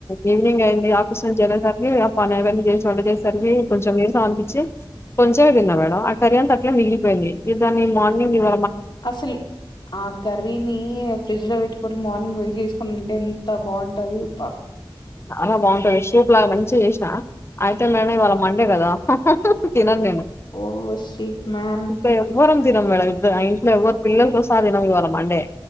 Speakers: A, on the left; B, on the left.
A: ఈవినింగ్ అయింది ఆఫీస్ నుంచి వెళ్ళేసరికి ఆ పని అవన్నీ చేసి వంట చేసేవారికి కొంచెం నీరాసం అనిపించి కొంచమే తిన్నా మేడం ఆ కర్రీ అంత అట్లానే మిగిలిపోయింది ఇది అని మార్నింగ్ ఇవ
B: అసలు ఆ కర్రీని ఫ్రిడ్జ్ లో పెట్టు కొని మార్నింగ్ వేడి చేసుకుని తింటే ఎంత బాగుంటది ప్ప
A: చాలా బాగుంటది సూప్ లాగా మంచిగా చేసిన అయితే మేడం ఇవాళ మండే కదా హా హా హా తినను నేను
B: ఓ షిట్ మ్యాన్
A: ఇప్పుడు ఎవ్వరం తినం మేడం ఇద ఆ ఇంట్లో ఎవ్వరు పిల్లలతో సహా తినమండి ఇవ్వాళ మండే